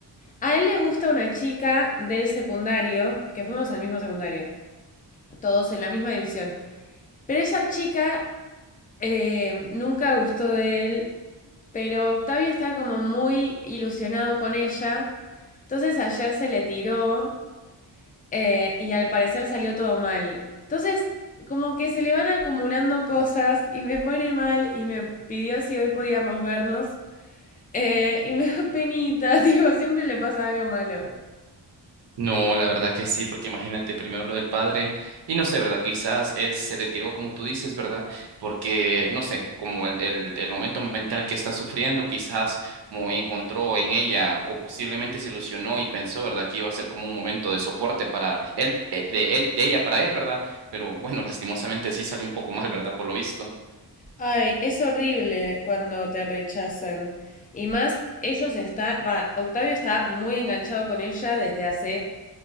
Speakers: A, on the left; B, on the right.
A: A él le gusta una chica del secundario, que fuimos al mismo secundario, todos en la misma división. Pero esa chica eh, nunca gustó de él pero Octavio está como muy ilusionado con ella. Entonces ayer se le tiró eh, y al parecer salió todo mal. Entonces, como que se le van acumulando cosas y me pone mal y me pidió si hoy podíamos vernos. Eh, y me da penita, <laughs> digo, siempre le pasa algo malo.
B: No, la verdad que sí, porque imagínate primero lo del padre y no sé, ¿verdad? Quizás él se le tiró como tú dices, ¿verdad? Porque, no sé, como el, el, el momento mental que está sufriendo, quizás como encontró en ella o posiblemente se ilusionó y pensó, ¿verdad? Que iba a ser como un momento de soporte para él, eh, de él, de ella para él, ¿verdad? Pero bueno, <laughs> lastimosamente sí salió un poco mal, ¿verdad? Por lo visto.
A: Ay, es horrible cuando te rechazan. Y más, ellos están, va, Octavio está muy enganchado con ella desde hace